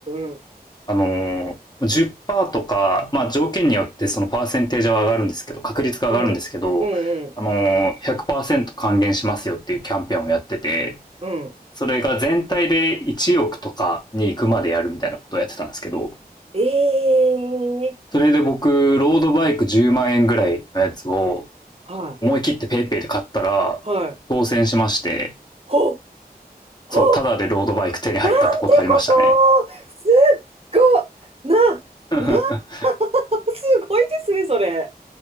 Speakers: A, on the right (about 35°); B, on the left (about 25°).
A: んうん。
B: あのー、10%とか、まあ、条件によってそのパーセンテージは上がるんですけど、確率が上がるんですけど、
A: うん。うん
B: あのー、100%還元しますよっていうキャンペーンをやってて、
A: うん。うん。
B: それが全体で1億とかに行くまでやるみたいなことをやってたんですけど、
A: ええー
B: それで僕、ロードバイク10万円ぐらいのやつを
A: は
B: 思い切って PayPay で買ったら当選しまして、
A: い。はい。ほ、ほ、
B: そう、ただでロードバイク手に入ったってことありましたね。
A: なんてことすっご、な、な、
B: <laughs>
A: <laughs> すごいですね、それ。